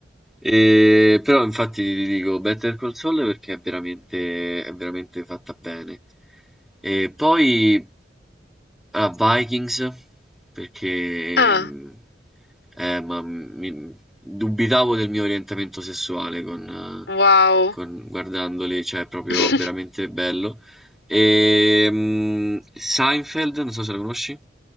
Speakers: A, in the centre; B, on the left.
A: E, però infatti ti dico Better Call Saul perché è veramente, è veramente fatta bene. E poi a Vikings perché
B: Ah,
A: ehm, eh, ma mi- dubitavo del mio orientamento sessuale con, eh,
B: wow.
A: con- guardandoli, cioè è proprio
B: <laughs>
A: veramente bello. E, mm, Seinfeld, non so se la conosci,